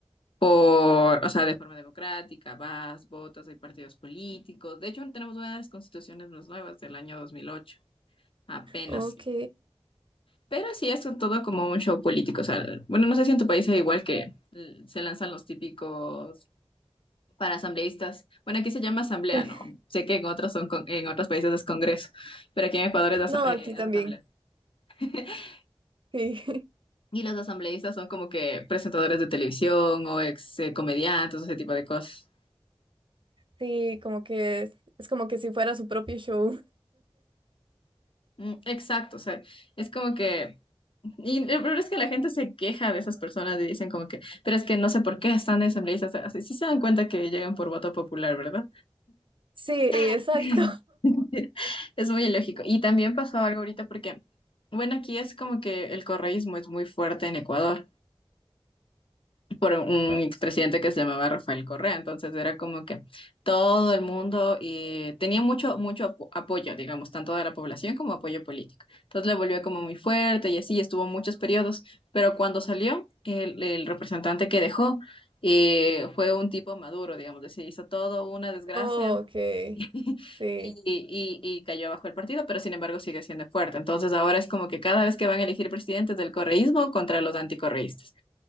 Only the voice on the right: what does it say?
Ok.
<laughs>
No,
aquí también.
Sí, <laughs>
sí, como que es, es como que si fuera su propio show.
Sí,
exacto.
<laughs>
Oh, ok,
sí.